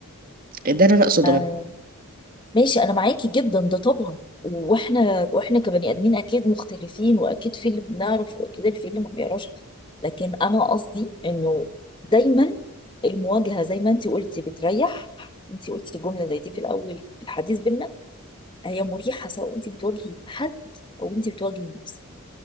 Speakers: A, on the right (about 40°); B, on the left (about 20°).
A: ده اللي انا اقصده
B: مم. ماشي انا معاكي جدا ده طبعا واحنا واحنا كبني ادمين اكيد مختلفين واكيد في اللي بنعرف واكيد في اللي ما بيعرفش لكن انا قصدي انه دايما المواجهه زي ما انت قلتي بتريح انت قلتي جمله زي دي في الاول الحديث بينا هي مريحه سواء انت بتواجهي حد او انت بتواجهي نفسك